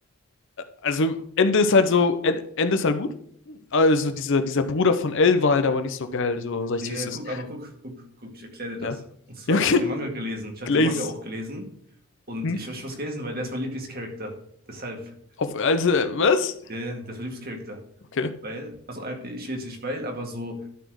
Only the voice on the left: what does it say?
Also, Ende ist halt so, en- Ende ist halt gut. Also, dieser, dieser Bruder von L war halt aber nicht so geil, so sag ich
dir,
wie es ist.
Ja.
Ja, okay.
Glaze.
Hm?
Auf, also, äh, was?
Okay.